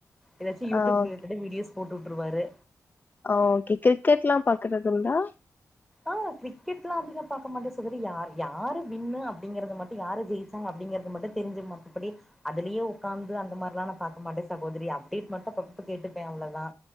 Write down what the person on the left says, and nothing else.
ஆ ஓகே
ஆ ஓகே கிரிக்கெட்ல்லா பாக்குறதுண்டா